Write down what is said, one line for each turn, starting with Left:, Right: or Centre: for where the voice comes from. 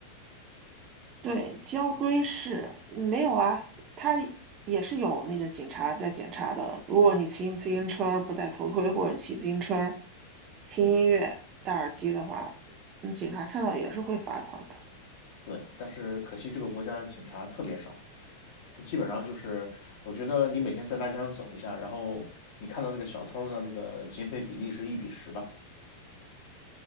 Right: 对，交规是没有啊，他也是有那个警察在检查的。如果你骑自行车不戴头盔，或者你骑自行车听音乐、戴耳机的话，那警察看到也是会罚款的。
Left: 对，但是可惜这个国家的警察特别少，他基本上就是，我觉得你每天在大街上走一下，然后你看到那个小偷的那个劫匪比例是一比十吧，